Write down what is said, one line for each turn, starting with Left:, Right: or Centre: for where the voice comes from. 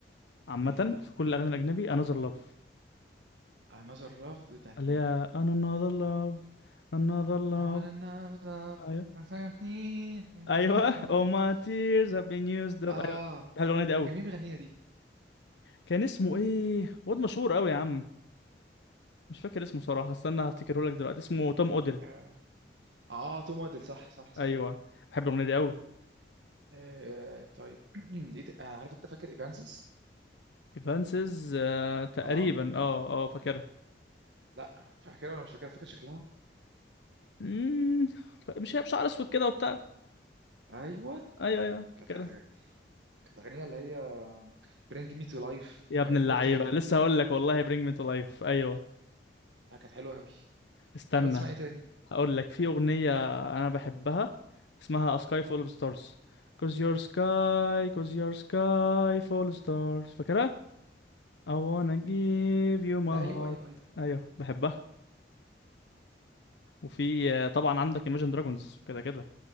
Left: عامه
Right: ايه بقى
Left: في كل الاغاني الاجنبي Another Love
Right: another love بتاعت
Left: اللي
Right: مين
Left: هي Another Love Another Love
Right: اولا love
Left: ايوه
Right: ما فهمتني <laughs>
Left: ايوه Oh my tears have been used
Right: اه
Left: up ايوه بحب الاغنيه دي قوي
Right: ده كان مين بيغنيها دي
Left: كان اسمه ايه واد مشهور قوي يا عم مش فاكر اسمه صراحه استنى هفتكره لك دلوقتي اسمه توم اوديل
Right: اه آه، توم وادل صح صح صح
Left: ايوه بحب الاغنيه دي قوي
Right: آه طيب <clears throat> إيه ت- آه، عارف انت فاكر ايفانسيس
Left: ايفانسز آه تقريبا
Right: اه
Left: اه اه فاكرها
Right: لا فاكرها ولا مش فاكرها فاكر شكلها
Left: مم، مش هي بشعر اسود كده وبتاع
Right: ايوه
Left: ايوه ايوه
Right: كانت
Left: فاكرها
Right: أغ... كانت اغنيه اللي هي برينج مي تو لايف
Left: يا
Right: ماي
Left: ابن
Right: امورتال
Left: اللعيبه لسه هقول لك والله bring me to life ايوه
Right: لا كانت حلوه قوي
Left: استنى
Right: تحب تسمع ايه تاني
Left: هقول لك في اغنيه انا بحبها اسمها A Sky Full of Stars Cause your sky, cause your sky full of stars فاكرها؟ I wanna give you my
Right: لا ايوه
Left: heart
Right: ايوه ايوه
Left: ايوه بحبها وفي آه، طبعا عندك Imagine Dragons كده كده